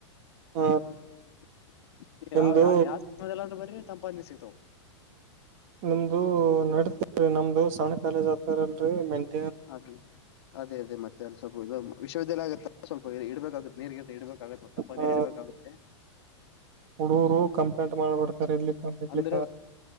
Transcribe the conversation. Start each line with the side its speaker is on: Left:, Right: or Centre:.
Right: ಹ
Left: <unintelligible>
Right: ನಿಮ್ದು
Left: ಯಾವ ಯಾವ ಸಮಯ ಬರಿ ತಂಪಾದ ನೀರು ಸಿಗ್ತಾವ
Right: ನಿಮ್ದು ನಡತೀ ನಮ್ದು ಸಣ್ಣ ಕಾಲೇಜ್ ಹತ್ರಲ್ರರಿ ಮೆಂಟ
Left: ಅದೇ ಅದೇ ಅದೇ ಮತ್ತೆ ಸ್ವಲ್ಪ ಇದು ವಿಶ್ವಿದ್ಯಾಲಯದಾಗ ಸ್ವಲ್ಪ್ ಇಡ್ಬೇಕಾಗುತ್ತೆ ನೀರ್ಗಂತ ಇಡ್ಬೇಕಾಗುತ್ತ ಮತ್ತ ತಂಪಾದ
Right: ಹ
Left: ನೀರ್ ಇಡ್ಬೇಕಾಗುತ್ತೆ <inaudible>
Right: ಹುಡುಗರು ಕಂಪ್ಲೇಂಟ್ ಮಾಡ್ಬಿಡ್ತಾರೆ ಇಲ್ಲಿ ಇಡ್ಲಿಕ್ಕ
Left: ಅಂದ್ರೆ